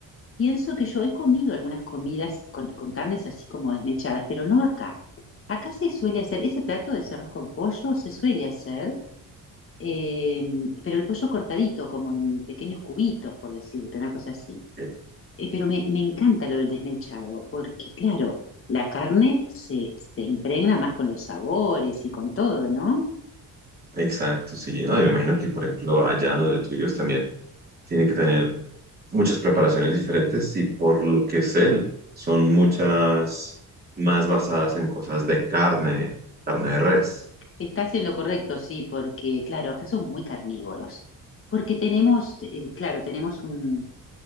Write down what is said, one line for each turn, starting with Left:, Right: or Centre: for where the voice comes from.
Left: Pienso que yo he comido algunas comidas con, con carnes así como desmechadas, pero no acá. Acá se suele hacer, ese plato de arroz con pollo se suele hacer, eh, pero el pollo cortadito, como en pequeños cubitos, por decirte, una cosa así.
Right: Ok,
Left: Eh, pero me, me encanta lo del desmechado, porque claro, la carne se, se impregna más con los sabores y con todo, ¿no?
Right: Exacto, sí, no, yo me imagino que por ejemplo allá donde tú vives también tiene que tener muchas preparaciones diferentes y por lo que sé, son muchas más basadas en cosas de carne, carne de res,
Left: Estás en lo correcto, sí, porque claro, acá somos muy carnívoros, porque tenemos, eh, claro, tenemos un,